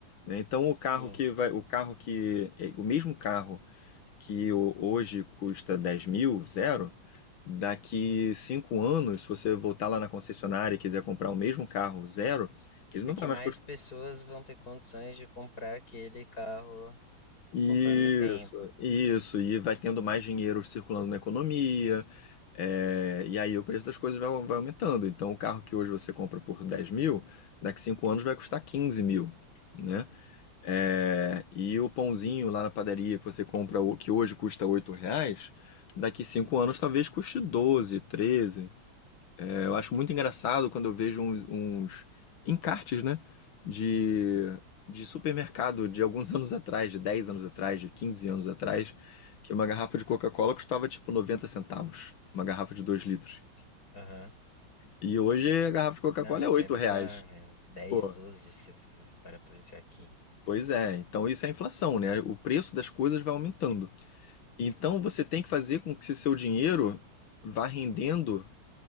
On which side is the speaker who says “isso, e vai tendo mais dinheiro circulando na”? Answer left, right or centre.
Left